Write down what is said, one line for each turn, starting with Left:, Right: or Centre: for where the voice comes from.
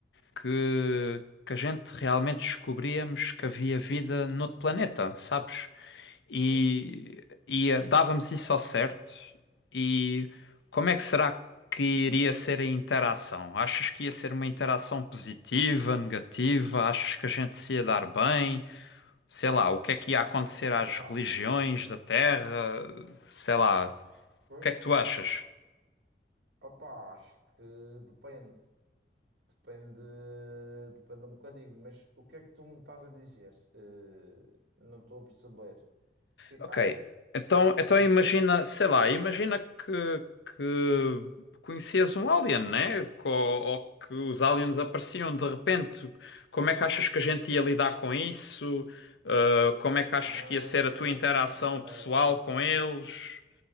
Left: que, que a gente realmente descobríamos que havia vida noutro planeta, sabes? E,
Right: Ai,
Left: e eh, dávamos isso ao certo. E como é que será que iria ser a interação? Achas que ia ser uma interação positiva, negativa? Achas que a gente se ia dar bem? Sei lá, o que é que ia acontecer às
Right: opa,
Left: religiões da Terra? Sei lá,
Right: pois,
Left: o que é que tu
Right: pois,
Left: achas?
Right: opa, acho que depende, depende, depende um bocadinho, mas o que é que tu me estás a dizer? Eh, não estou a perceber. O que é que
Left: Ok,
Right: achas?
Left: então, então
Right: Diz-me.
Left: imagina, sei lá, imagina que, que conhecias um alien, né? Co- Ou, que os aliens apareciam de repente. Como é que achas que a gente ia lidar com isso? Uh, como é que achas
Right: Ah,
Left: que ia ser a tua interação
Right: ok,
Left: pessoal
Right: ok,
Left: com eles?
Right: ok.